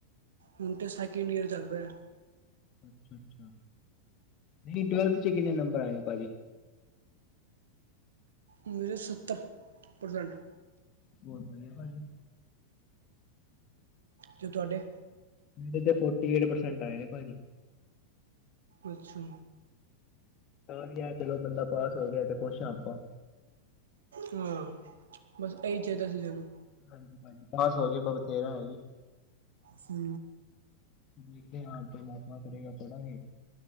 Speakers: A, on the right; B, on the left.
A: ਹੁਣ ਤੇ ਸੈਕਿੰਡ ਈਅਰ ਚੱਲ ਰਿਹਾ।
B: ਅੱਛ-ਅੱਛਾ ਨਹੀਂ ਟਵੈਲਥ ਚ ਕਿੰਨੇ ਨੰਬਰ ਆਏ ਭਾਜੀ?
A: ਮੇਰੇ ਸੱਤਰ ਪ੍ਰਸੈਂਟ।
B: ਬਹੁਤ ਵਧੀਆ ਭਾਜੀ।
A: ਤੇ ਤੁਹਾਡੇ
B: ਮੇਰੇ ਤੇ ਫੋਰਟੀ-ਏਟ ਪਰਸੈਂਟ ਆਏ ਨੇ ਭਾਜੀ।
A: ਅੱਛਾ,
B: ਤਾਂ ਵੀ ਐ, ਚਲੋ ਬੰਦਾ ਪਾਸ ਹੋ ਗਿਆ, ਤੇ ਖੁਸ਼ ਆਂ ਆਪਾਂ।
A: ਹੁਣ, ਬਸ ਇਹੀ ਚਾਹੀਦਾ ਸੀ ਸਾਨੂੰ।
B: ਹਾਂਜੀ ਭਾਜੀ, ਪਾਸ ਹੋ ਗਏ ਬ ਬਥੇਰਾ ਹੈ ਜੀ।
A: ਹੁੰ
B: ਦੇਖਦੇ ਹਾਂ ਪਰਮਾਤਮਾ ਕਰੇਗਾ ਪੜਾਂਗੇ।